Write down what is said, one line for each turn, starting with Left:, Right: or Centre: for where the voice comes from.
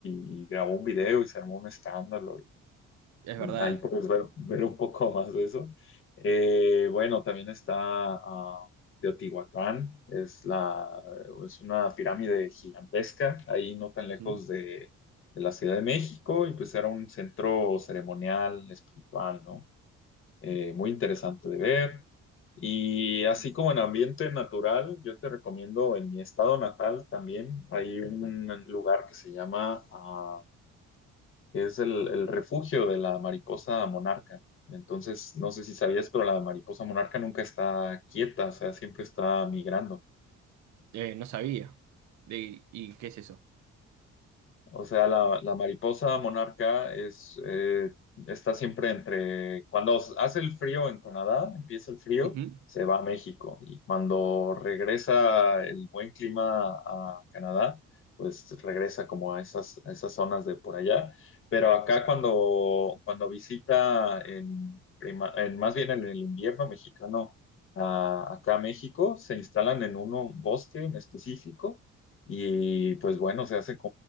Left: y grabó un video y se armó un escándalo.
Right: es
Left: donde
Right: verdad.
Left: ahí puedes ver, ver un poco más de eso. Eh, bueno, también está ah, Teotihuacán, es, la, es una pirámide gigantesca, ahí no tan lejos
Right: ¿Mm?
Left: de, de la Ciudad de México, y pues era un centro ceremonial, espiritual, ¿no? Eh, muy interesante de ver. Y así como en ambiente natural, yo te recomiendo en mi estado natal también, hay un lugar que se llama ah, que es el, el refugio de la mariposa monarca. Entonces, no sé si sabías, pero la mariposa monarca nunca está quieta, o sea, siempre está migrando.
Right: Eh, no sabía. De, ¿Y qué es eso?
Left: O sea, la, la mariposa monarca es, eh, está siempre entre, cuando hace el frío en Canadá, empieza el frío,
Right: Ujú.
Left: se va a México y cuando regresa el buen clima a Canadá, pues regresa como a esas, a esas zonas de por allá. Pero acá cuando, cuando visita en, prima- en más bien en el invierno mexicano, a- acá a México, se instalan en un bosque en específico. Y pues bueno, se hace